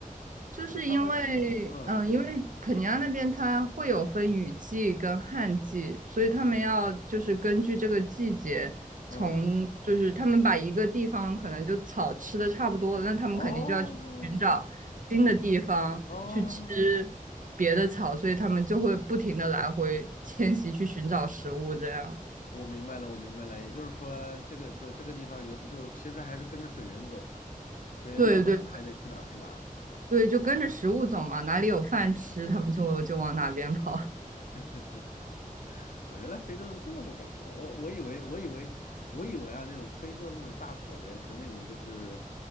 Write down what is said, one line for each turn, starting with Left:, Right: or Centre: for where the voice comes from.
Right: 就是因为，
Left: 就是他们，嗯
Right: 嗯，因为肯尼亚那边它会有分雨季跟旱季，所以他们要就是根据这个季节，
Left: 嗯，
Right: 从就是他们把一个地方可能就草吃的差不多了，那他们肯定就要去寻找新的地方去吃
Left: 哦哦。
Right: 别的草，所以他们就会不停的来回迁徙去寻找食物，这样。
Left: 我明白了，我明白了，也就是说，这个就这个地方有，就其实还是跟着水源走，水源到哪儿了，
Right: 对对
Left: 还得去哪儿，是吧？
Right: 对，就跟着食物走嘛，哪里有饭吃，
Left: 嗯
Right: 他们就就往哪边跑。
Left: 嗯，<laughs> 哦，原来非洲是这么个感觉，我我以为我以为我以为啊，那种非洲那种大草原和那种就是，